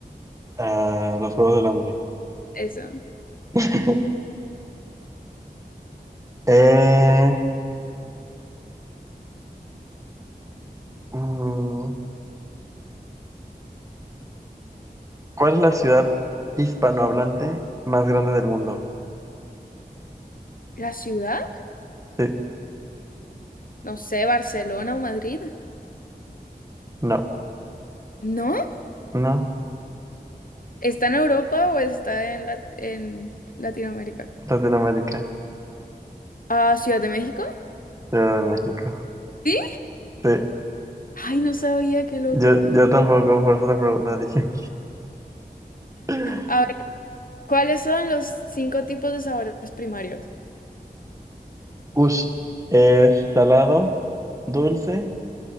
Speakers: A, on the right; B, on the left.
A: Ah, los Juegos del Hambre.
B: Eso.
A: <laughs> Eh, mm, ¿cuál es la ciudad hispanohablante más grande del mundo?
B: ¿La ciudad?
A: Sí,
B: No sé, Barcelona o Madrid.
A: no,
B: ¿No?
A: no,
B: ¿Está en Europa o está en, Lat- en Latinoamérica?
A: Latinoamérica,
B: Ah, Ciudad de México.
A: Ciudad de México.
B: ¿Sí?
A: Sí,
B: Ay, no sabía, qué loco.
A: yo, yo tampoco, por eso la pregunta dije. <laughs>
B: A ver, ¿cuáles son los cinco tipos de sabores primarios?
A: Ush, es salado, dulce,